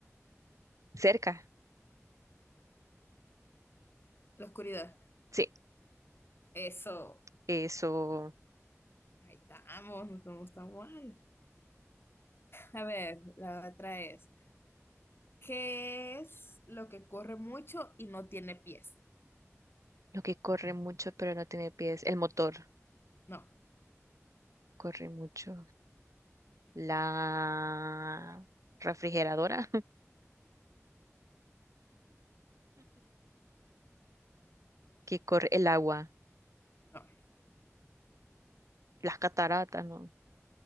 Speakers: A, on the right; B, on the left.
A: Cerca.
B: la oscuridad.
A: Sí,
B: Eso.
A: eso.
B: Ahí estamos, no estamos tan mal. A ver, la otra es, ¿qué es lo que corre mucho y no tiene pies?
A: Lo que corre mucho pero no tiene pies. El motor
B: No,
A: corre mucho. La refrigeradora <laughs> que corre el agua.
B: no,
A: Las cataratas, ¿no?